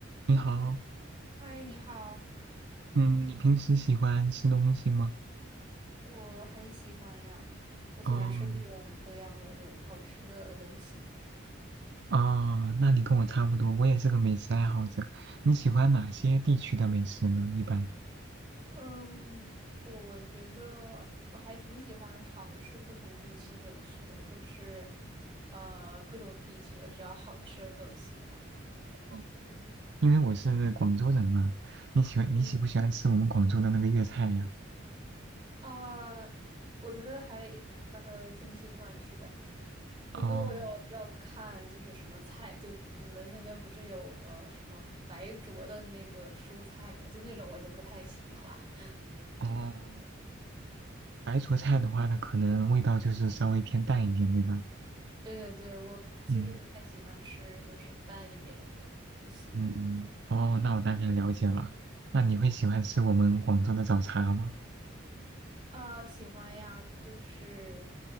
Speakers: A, on the right; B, on the right.
A: 你好，
B: 嗨，你好，
A: 嗯，你平时喜欢吃东西吗？
B: 我很喜欢呀，我喜欢吃各种各样的对好吃的东西。
A: 哦，哦，那你跟我差不多，我也是个美食爱好者。你喜欢哪些地区的美食呢？一般，
B: 嗯，我觉得我还挺喜欢尝试不同地区美食的，就是，呃，各种地区的只要好吃我都喜欢。
A: 嗯，因为我是广州人嘛。你喜欢你喜不喜欢吃我们广州的那个粤菜呀？
B: 嗯。啊，我觉得还呃挺喜欢吃的，不过要要看就是什么菜，
A: 哦
B: 就你们那边不是有呃什么白灼的那个蔬菜嘛，就那种我就不太喜欢。<laughs>
A: 哦，白灼菜的话，它可能味道就是稍微偏淡一点，对吧？
B: 对对对，我其实不太喜欢吃就是淡一点的东西。
A: 嗯嗯，哦，那我大概了解了。那你会喜欢吃我们广州的早茶吗？
B: 啊，喜欢呀，就是